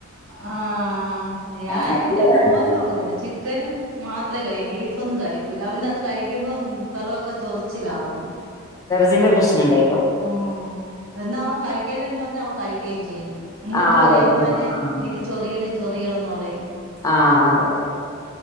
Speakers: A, on the right; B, on the left.
A: ആഹ് ഞാൻ
B: മറ്റുള്ള
A: എന്റെ
B: കറികൾ
A: മോനും അങ്ങനെ തന്നെ ചിക് ചക്കനും മാത്രെ കയിക്കു ബീ ഫൊന്നും കഴിക്കൂല്ല അവനത് കഴി ക്കുമ്പം പിറൊക്കെ ചൊറിച്ചിലാവണ്
B: ജിന്റെ പ്രശ്നം ഇണ്ടായി
A: ഉം എന്നാ അവൻ കഴിക്കല്ലന്ന് പറഞ്ഞ അവൻ കഴിക്കേയും ചെയ്യും എന്നിട്ട്
B: ആഹ്
A: പറയും
B: കഴിക്കും
A: അമ്മ എന്നെ
B: ആഹ്
A: എനിക്ക് ചൊറിയണ് ചൊറിയാന്നറയും
B: ആഹ് അതെ